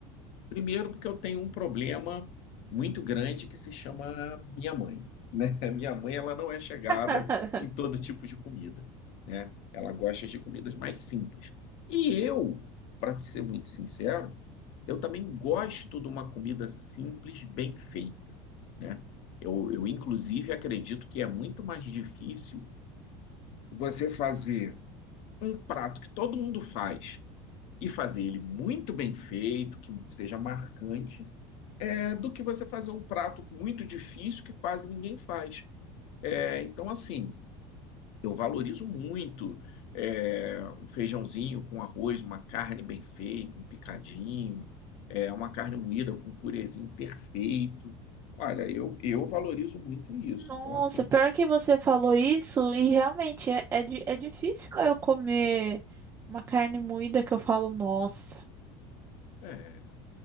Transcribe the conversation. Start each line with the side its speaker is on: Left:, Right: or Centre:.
Left: Primeiro, porque eu tenho um problema muito grande que se chama minha mãe, né? <laughs> Minha mãe, ela não é chegada
Right: <laughs>
Left: em todo tipo de comida, né? Ela gosta de comidas mais simples. E eu, para ser muito sincero, eu também gosto de uma comida simples, bem feita, né? Eu, eu, inclusive, acredito que é muito mais difícil você fazer um prato que todo mundo faz e fazer ele muito bem feito, que seja marcante, é, do que você fazer um prato muito difícil que quase ninguém faz. É, então, assim, eu valorizo muito é, um feijãozinho com arroz, uma carne bem feita, um picadinho, é, uma carne moída com um purezinho perfeito. Olha, eu, eu valorizo muito isso.
Right: Nossa,
Left: Então, assim,
Right: pior que você falou isso, e realmente é, é, di- é difícil eu comer uma carne moída que eu falo, nossa.
Left: é,